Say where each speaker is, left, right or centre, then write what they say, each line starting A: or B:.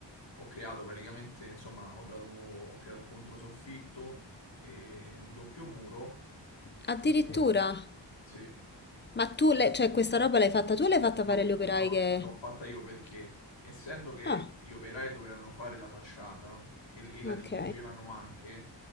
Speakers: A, on the left (about 80°); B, on the left (about 25°).
A: ho creato praticamente, insomma, ho dato, ho creato un controsoffitto e un doppio muro
B: Addirittura.
A: e sì.
B: Ma tu, l'hai- cioè, questa roba l'hai fatta tu o l'hai fatta
A: L'ho
B: fare agli operai
A: no,
B: che...
A: l'ho fatta io perché, essendo che
B: Ah,
A: gli operai dovevano fare la facciata e, e la
B: ok,
A: dipingevano anche,